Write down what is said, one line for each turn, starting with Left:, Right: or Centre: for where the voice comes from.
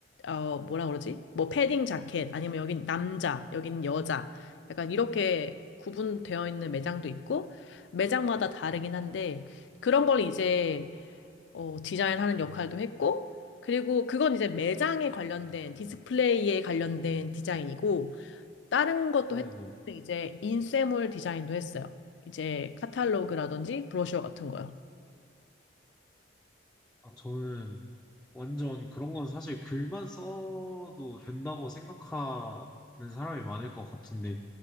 Left: 어, 뭐라 그러지? 뭐 패딩 자켓 아니면 여긴 남자, 여긴 여자. 약간 이렇게 구분되어 있는 매장도 있고 매장마다 다르긴 한데 그런 걸 이제 어, 디자인하는 역할도 했고 그리고 그건 이제 매장에 관련된 디스플레이에 관련된 디자인이고 다른 것도
Centre: 네네.
Left: 했던 것도 이제 인쇄물 디자인도 했어요. 이제 카탈로그라든지 브로셔 같은 거요.
Centre: 아, 저는 완전 그런 건 사실 글만 써도 된다고 생각하는 사람이 많을 것 같은데